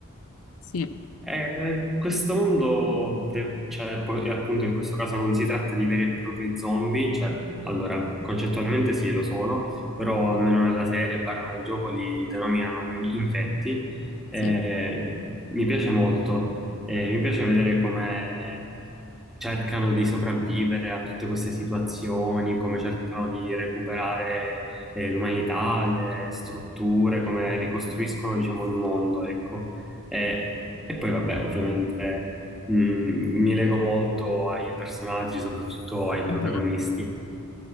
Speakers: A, on the left (about 80°); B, in the centre.
A: Sì,
B: Eh, questo mondo, de- cioè, po- e appunto in questo caso non si tratta di veri e propri zombie, cioè, allora, concettualmente sì, lo sono, però almeno nella serie, barra nel gioco, li denominano in- infetti. Eh,
A: sì,
B: mi piace molto, eh, mi piace vedere come cercano di sopravvivere a tutte queste situazioni, come cercano di recuperare, eh, l'umanità, le strutture, come ricostruiscono, diciamo, il mondo, ecco. Eh, e poi vabbè, ovviamente mh, mi lego molto ai personaggi, soprattutto ai protagonisti.
A: mhm,